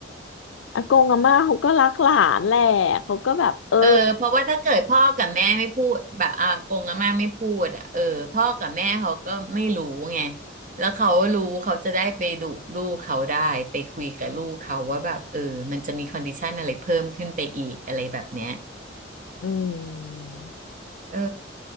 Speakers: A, on the left; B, on the right.
A: อากงอาม่าเขาก็รักหลานแหละเขาก็แบบเออ
B: เออเพราะว่าถ้าเกิดพ่อกับแม่ไม่พูดแบบอากงอาม่าไม่พูดอ่ะเออพ่อกับแม่เขาก็ไม่รู้ไงแล้วเขารู้เขาจะได้ไปดุลูกเขาได้ไปคุยกับลูกเขาว่าแบบเออมันจะมีคอนดิชันอะไรเพิ่มขึ้นไปอีกอะไรแบบเนี้ย
A: อืม
B: เออ